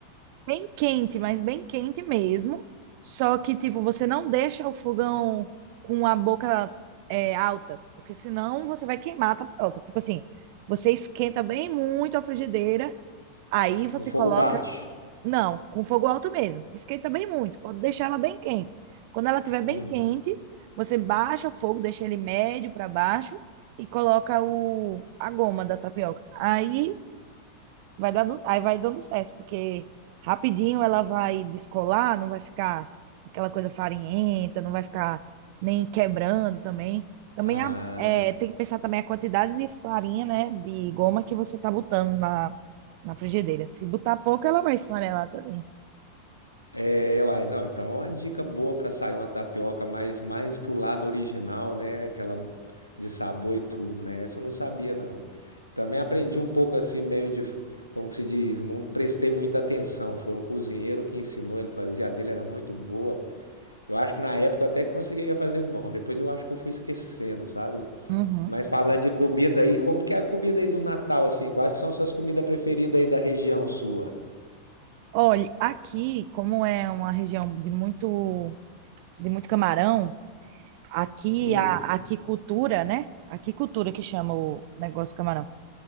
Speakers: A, on the right; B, on the left.
A: Bem quente, mas bem quente mesmo. Só que, tipo, você não deixa o fogão com a boca é, alta, porque senão você vai queimar a tapioca. Tipo assim, você esquenta bem muito a frigideira, aí você
B: No fogo
A: coloca
B: baixo.
A: Não, com fogo alto mesmo. Esquenta bem muito, pode deixar ela bem quente. Quando ela estiver bem
B: Hum.
A: quente, você baixa o fogo, deixa ele médio para baixo e coloca o, a goma da tapioca. Aí vai dando, aí vai dando certo, porque rapidinho ela vai descolar, não vai ficar aquela coisa farinhenta, não vai ficar nem quebrando também. Também
B: Ah,
A: a- é, tem que pensar também a quantidade de farinha, né, de goma que você tá botando na, na frigideira. Se botar pouco, ela vai esfarelar toda.
B: É, uai, não, então é uma dica boa para sair uma tapioca mais mais pro lado original, né, aquela de sabor e tudo, né, essa eu não sabia não. Também aprendi um pouco assim, meio de, como que se diz, não prestei muita atenção, foi um cozinheiro que ensinou, ele fazia, a dele era muito boa, eu acho que na época eu até conseguia fazer bom, depois eu acho que eu fui esquecendo, sabe.
A: Uhum.
B: Mas falando de comida aí, como que é a comida aí do Natal, assim, quais que são as suas comidas preferidas aí da região sua?
A: Olha, aqui, como é uma região de muito, de muito camarão, aqui
B: Hum,
A: a aquicultura, né? Aquicultura que chama o negócio do camarão.